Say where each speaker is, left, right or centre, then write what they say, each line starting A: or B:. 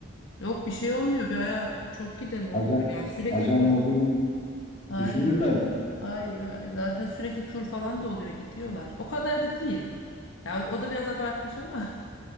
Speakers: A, on the left; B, on the left.
A: Yok bir şey olmuyor. Bir aya çok giden oluyor
B: ajan,
A: yani sürekli
B: ajan
A: tur
B: olduğunu
A: falan. Hayır,
B: düşünürler
A: hayır, hayır. Zaten sürekli tur falan da oluyor gidiyorlar. O kadar da değil. Ya o da biraz abartmış ama